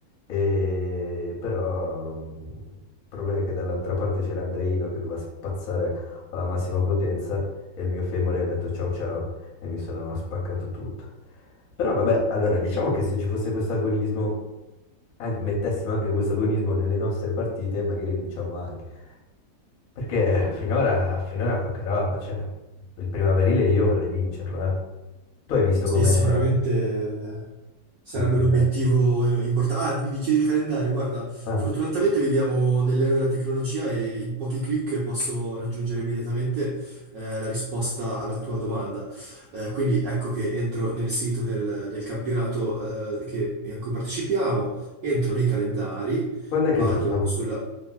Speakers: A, on the left (about 60°); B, on the right (about 75°).
A: e... però mm, il problema è che dall'altra parte c'era Andreino che doveva spazzare alla massima potenza e il mio femore ha detto ciao ciao e mi sono spaccato tutto. Però vabbè, allora diciamo che se ci fosse questo agonismo anche- mettessimo anche questo agonismo nelle nostre partite, magari vinciamo anche. Perché finora, finora poca roba, cioè, il primaverile io vorrei vincerlo, eh. Tu hai visto
B: Sì,
A: come
B: sicuramente sarebbe
A: il calendario?
B: un obiettivo importante. Ah, mi chiedi il calendario. Guarda, fortunatamente
A: Ah,
B: viviamo nell'era della tecnologia e in pochi clic posso raggiungere immediatamente eh, la risposta alla tua domanda. Eh, quindi ecco che entro nel sito del, del campionato eh, che- in cui partecipiamo, entro nei calendari
A: Quando
B: Vado
A: è che giochiamo?
B: sulla...